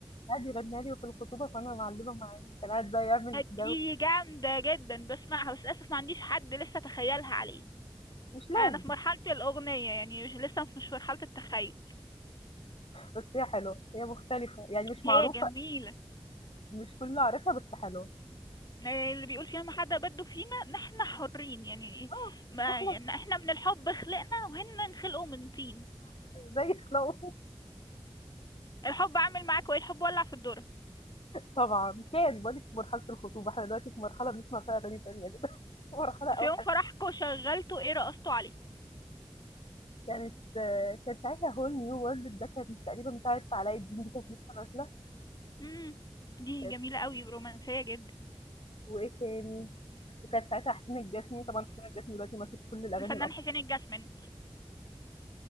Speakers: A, on the left; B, on the left.
A: قعد يغنيها لي وفي الخطوبة فأنا معلمة معاه، كان قاعد بقى يعمل جو
B: دي جامدة جدا بسمعها بس للأسف ما عنديش حد لسه تخيلها عليه
A: مش لازم،
B: انا في مرحلة الاغنية يعني مش لسه مش في مرحلة التخيل
A: بس هي حلوة، هي مختلفة، يعني مش معروفة
B: هي جميلة
A: مش كله عارفها بس حلوة.
B: يعني اللي بيقول فيها ما حدا بده فينا نحن حرين يعني
A: آه،
B: ما
A: إحنا
B: يعني احنا من الحب خلقنا وهن نخلقوا من طين
A: زي خلاوة
B: الحب عامل معاك وايه الحب ولع في الدرة
A: طبعًا كان باقول لِك في مرحلة الخطوبة، إحنا دلوقتي في مرحلة بنسمع فيها أغاني تانية <laughs> دلوقتي مرحلة أوحش.
B: في يوم فرحكوا شغلتوا ايه رقصتوا عليه
A: كانت كان ساعتها whole new world ده كان تقريبًا بتاعة علاء الدين دي كانت لسه نازلة.
B: امم دي
A: كانت
B: جميلة قوي ورومانسية جدا
A: وإيه تاني، وكان ساعتها حسين الجسمي، طبعًا حسين الجسمي دلوقتي ماسك كل الأغاني
B: الفنان
A: الأصلًا،
B: حسين الجسمي